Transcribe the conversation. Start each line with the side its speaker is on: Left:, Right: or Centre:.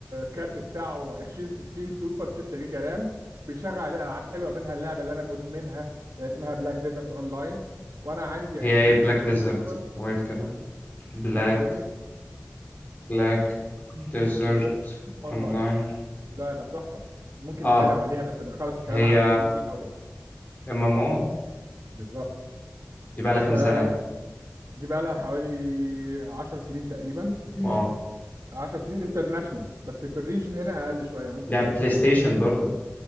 Right: كارت بتاعه 20 60 سوبر 6 جيجا رام بيشغل عليه العاب حلوه منها اللعبه اللي انا مدمنها اللي اسمها بلاك ديزرت اونلاين وانا عندي
Left: هي
Right: 20
Left: ايه بلاك
Right: 60
Left: ديزرت
Right: سوبر
Left: ويت كده بلاك
Right: بلاك ديزرت
Left: بلاك ديزرت
Right: ديزرت اونلاين
Left: اونلاين
Right: لعبه تحفه ممكن
Left: اه
Right: نتكلم عليها بس نخلص الكلام
Left: هي
Right: على البي سي الاول
Left: ام ام او
Right: بالظبط
Left: دي بقى لها
Right: فدي
Left: كام سنة دي
Right: بقى لها حوالي 10 سنين تقريبا
Left: واو
Right: 10 سنين انترناشونال بس في الريجن هنا اقل شويه ممكن
Left: ده
Right: 6
Left: بلاي ستيشن
Right: او 7
Left: برضه